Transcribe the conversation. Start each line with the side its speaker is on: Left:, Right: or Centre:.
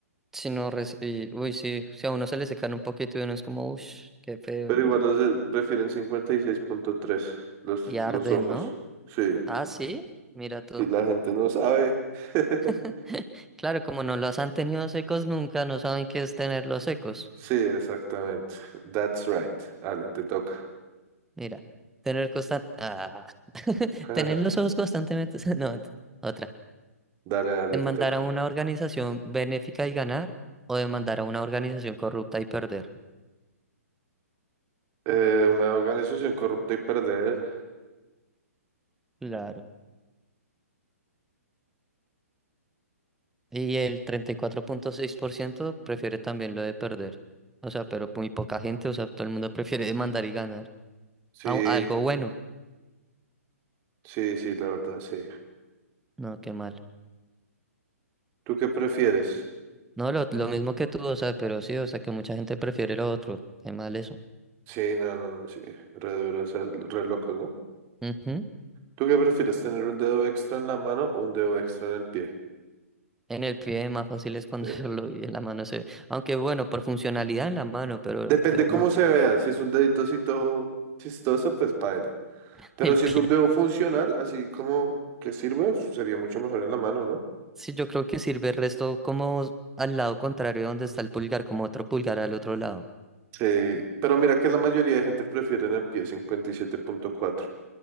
Centre: Si no, res- y, uy, sí, si a uno se le secan un poquito y uno es como, uff, qué feo,
Right: Pero
Centre: y,
Right: igual los de- prefieren 56.3, los,
Centre: y arden,
Right: los ojos.
Centre: ¿no?
Right: Sí,
Centre: Ah, sí, mira tú.
Right: si la gente no sabe. <laughs>
Centre: <laughs> Claro, como no los han tenido secos nunca, no saben qué es tenerlos secos.
Right: Sí, exactamente. That's right. Dale, te toca.
Centre: Mira, tener constan- ah, <laughs>
Right: <laughs>
Centre: tener los ojos constantemente, <laughs> no, ent- otra.
Right: Dale, dale,
Centre: Demandar
Right: te toca.
Centre: a una organización benéfica y ganar, o demandar a una organización corrupta y perder.
Right: Eh, una organización corrupta y perder.
Centre: Claro. Y el treinta y cuatro punto seis por ciento prefiere también lo de perder. O sea, pero muy poca gente, o sea, todo el mundo <laughs> prefiere mandar y ganar.
Right: Sí,
Centre: Au- algo bueno.
Right: sí, sí, la verdad, sí.
Centre: No, qué mal.
Right: ¿Tú qué prefieres?
Centre: No, lo, lo mismo que tú, o sea, pero sí, o sea, que mucha gente prefiere lo otro. Qué mal eso.
Right: Sí, no, no, no, sí. Re duro, o sea, re locos, ¿no?
Centre: Ujú.
Right: ¿Tú qué prefieres, tener un dedo extra en la mano o un dedo extra en el pie?
Centre: En el pie más fácil <laughs> es esconderlo
Right: ¿Eh?
Centre: y en la mano se... ve. Aunque bueno, por funcionalidad en la mano, pero
Right: Depende
Centre: pues
Right: cómo
Centre: no,
Right: se vea. Si es un dedito así todo chistoso, pues paila.
Centre: <laughs>
Right: Pero
Centre: el
Right: si
Centre: pie.
Right: es un dedo funcional, así como que sirva, sería mucho mejor en la mano, ¿no?
Centre: Sí, yo creo que sirve el resto como al lado contrario donde está el pulgar, como otro pulgar al otro lado.
Right: Sí. Pero mira que la mayoría de gente prefiere en el pie cincuenta y siete punto cuatro